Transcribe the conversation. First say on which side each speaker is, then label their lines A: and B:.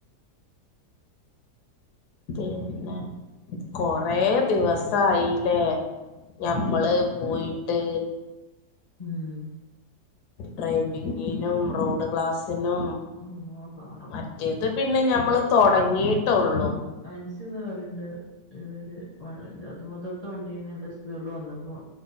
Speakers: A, on the left; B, on the left.
A: പിന്നെ കൊറേ ദിവസായീലേ? ഞമ്മള് പോയിട്ട്
B: ഉം ഹ്
A: ഡ്രൈവിങ്ങിനും റോഡ് ക്ലാസിനും
B: അല്ലാഹ് കാ
A: മറ്റേത് പിന്നെ ഞമ്മള് തൊടങ്ങിയ്ട്ടൊള്ളു
B: അൻസിന്ന് പറിണ്ട് ഇവര് വഴജ്ജാത്തുമ്മാത്താട്ത്തെ വണ്ടി നല്ല സ്പീഡില് വന്നപ്പോ